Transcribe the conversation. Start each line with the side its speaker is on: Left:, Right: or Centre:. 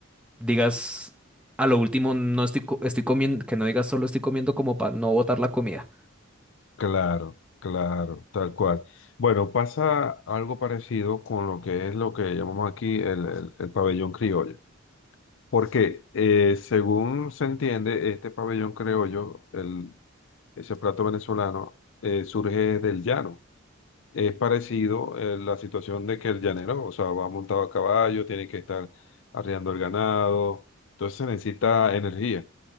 Centre: digas a lo último, no estoy, co- estoy comiendo, que no digas solo estoy comiendo como para no botar la comida.
Left: claro, claro, tal cual. Bueno, pasa algo parecido con lo que es lo que llamamos aquí el, el- el pabellón criollo. Porque eh, según se entiende, este pabellón criollo, el, ese plato venezolano, eh, surge del llano. Es parecido eh, la situación de que el llanero, o sea, va montado a caballo, tiene que estar arreando el ganado, entonces se necesita energía.